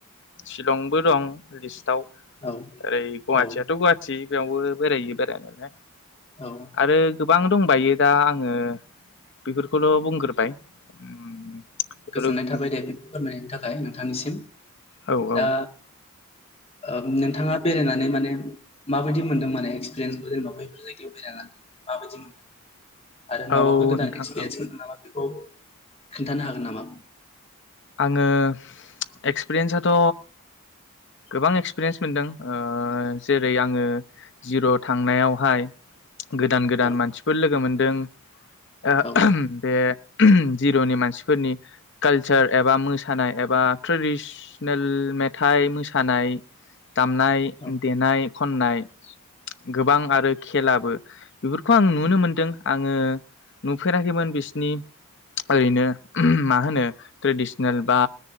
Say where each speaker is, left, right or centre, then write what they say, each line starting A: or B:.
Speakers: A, on the left; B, on the left.
A: शिलंबो दं लिस्टाव
B: औ
A: ऐ गुवाथियाथ'
B: औ
A: गुवाथि बेयावबो बेरायो। <unintelligible>
B: औ
A: आरो गोबां दं बायो दा आङो बेफोरखौल' बुंग्रोबाय। उम बेफोर
B: गोजोननाय थाबाय दे फोरमायनायनि थाखाय नों थांसिम।
A: औ
B: दा
A: औ
B: ओ नोंथाङा बेरायनानै माने माबायदि मोन्दों माने एक्सपिरियेन्सखौ जेनेबा बैफोर जायगायाव बेरायनानै माबायदि मोनदों। आरो
A: औ
B: माबाफोर गोदान
A: नोंथां
B: एक्सपिरियेन्स
A: औ
B: मोनदों नामा औ। खोन्थानो हागोन नामा?
A: आङो एक्सपिरियेन्साथ' गोबां एक्सपिरियेन्स मोनदों जेरै आङो जिर' थांनायावहाय गोदान गोदान
B: औ
A: मानसिफोर लोगो मोन जों ओ
B: औ
A: <unintelligible> बे जिर'नि मानसिफोरनि काल चार एबा मोसानाय एबा ट्रेडिस नेल मेथाइ मोसानाय दामनाय
B: औ
A: देनाय खननाय गोबां आरो खेलाबो बेफोरखौ आं नुनो मोनदों आंङो नुफेराखैमोन बिसिनि ओरैनो मा होनो ट्रेडिसनेल बा